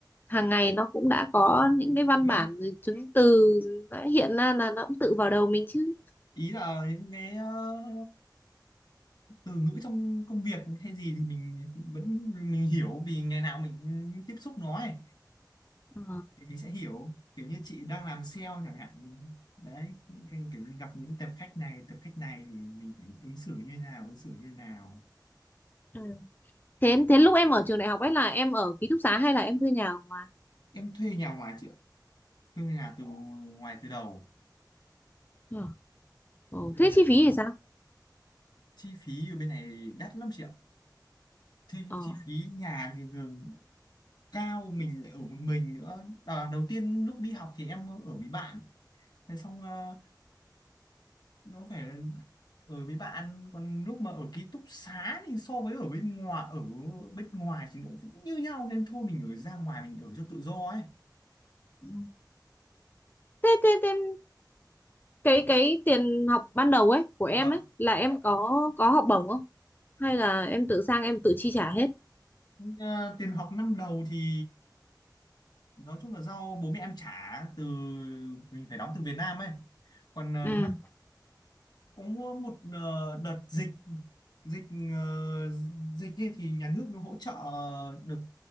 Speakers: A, on the left; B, on the left.
A: hàng ngày nó cũng đã có những cái văn
B: đúng
A: bản rồi chứng từ đã hiện ra là nó cũng tự vào đầu mình chứ
B: ý là những cái ờ, từ ngữ trong công việc hay gì thì mình vẫn mình hiểu vì ngày nào mình tiếp xúc nó ấy
A: Ờ.
B: thì mình sẽ hiểu kiểu như chị đang làm sale chẳng hạn thì đấy những cái kiểu như gặp những tập khách này tập khách này thì mình phải ứng xử như thế nào ứng xử như thế nào
A: Ừ. thế thế lúc em ở trường đại học ấy là em ở ký túc xá hay là em thuê nhà ở ngoài
B: em thuê nhà ngoài chị ạ thuê nhà từ ngoài từ đầu
A: Ờ. Ờ.
B: thuê
A: thế
B: nhà
A: chi
B: từ...
A: phí thì sao
B: chi phí ở bên này đắt lắm chị ạ thì
A: Ờ.
B: chi phí nhà thì thường cao mình lại ở một mình nữa à, đầu tiên lúc đi học thì em ở với bạn thế xong ờ, nó phải ở với bạn còn lúc mà ở ký túc xá thì so với ở bên ngoài ở bên ngoài thì nó cũng như nhau nên thôi mình ở ra ngoài mình ở cho tự do ấy
A: Ừ. thế thế, thế cái cái tiền học ban đầu ấy của em
B: Vâng.
A: ấy là em có có học bổng không hay là em tự sang em tự chi trả hết
B: à, tiền học năm đầu thì nói chung là do bố mẹ em trả từ mình phải đóng từ Việt Nam ấy còn à,
A: Ừ.
B: năm có một ờ, đợt dịch dịch ờ, dịch kia thì nhà nước nó hỗ trợ được